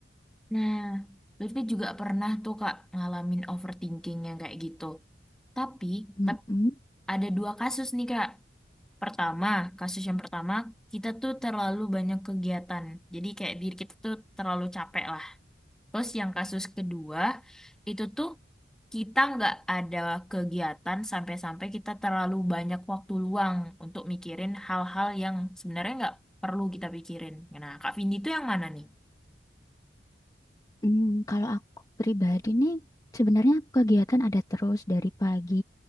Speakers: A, in the centre; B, on the left.
A: Nah, Lutfi juga pernah tuh Kak ngalamin overthinking yang kayak gitu. Tapi,
B: Mm-mm.
A: tapi ada dua kasus nih Kak. Pertama, kasus yang pertama, kita tuh terlalu banyak kegiatan. Jadi kayak diri kita tuh terlalu capek lah. Terus yang kasus kedua itu tuh kita nggak ada kegiatan sampai-sampai kita terlalu banyak waktu luang untuk mikirin hal-hal yang sebenarnya nggak perlu kita pikirin. Nah, Kak Vindi itu yang mana nih?
B: Mm, kalau aku pribadi nih, sebenarnya aku kegiatan ada terus dari pagi